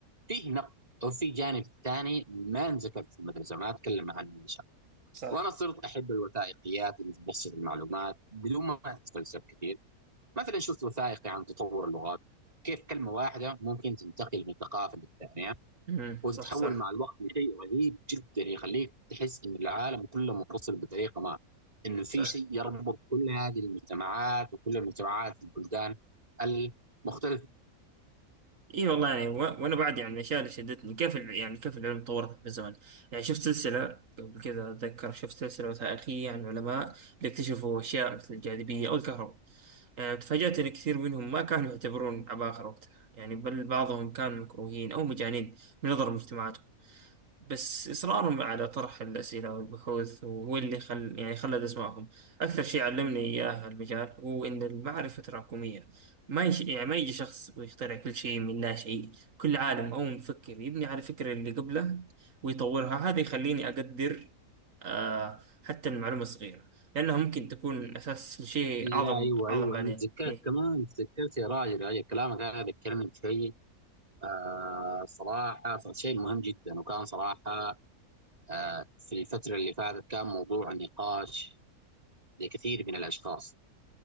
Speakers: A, on the right; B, on the right.
A: فيه نقد وفي جانب ثاني ما انذكر في المدرسه ما اتكلم عنه
B: صح
A: وانا صرت احب الوثائقيات اللي تبسط المعلومات بدون ما اتفلسف كثير مثلا شفت وثائقي عن تطور اللغات كيف كلمة واحدة ممكن تنتقل من ثقافة للثانية
B: امم
A: وتتحول
B: صح صح
A: مع الوقت لشيء رهيب جدا يخليك تحس إن العالم كله منفصل بطريقة ما إنه في
B: صح
A: شيء يربط كل هذه المجتمعات وكل المجتمعات في البلدان المختلفة
B: اي والله يعني و... وانا بعد يعني من الاشياء اللي شدتني كيف ال... يعني كيف العلم تطورت بالزمن يعني شفت سلسله قبل كذا اتذكر شفت سلسله وثائقيه عن علماء اللي اكتشفوا اشياء مثل الجاذبيه او الكهرباء يعني تفاجات ان كثير منهم ما كانوا يعتبرون عباقرة وقتها يعني بل بعضهم كانوا مكروهين او مجانين من نظر المجتمعات بس إصرارهم على طرح الأسئلة والبحوث هو اللي خل يعني خلد اسمائهم أكثر شيء علمني إياه المجال هو إن المعرفة تراكمية ما يش... يعني ما يجي شخص ويخترع كل شيء من لا شيء كل عالم أو مفكر يبني على الفكرة اللي قبله ويطورها هذا يخليني أقدر آه حتى المعلومة الصغيرة لأنها ممكن تكون أساس لشيء
A: لا
B: أعظم
A: أيوه
B: أعظم
A: أيوه
B: بعدين
A: أنا تذكرت
B: إيه
A: كمان تذكرت يا راجل يا راجل كلامك هذا يتكلم في شيء آه صراحة شيء مهم جدا وكان صراحة آه في الفترة اللي فاتت كان موضوع نقاش لكثير من الأشخاص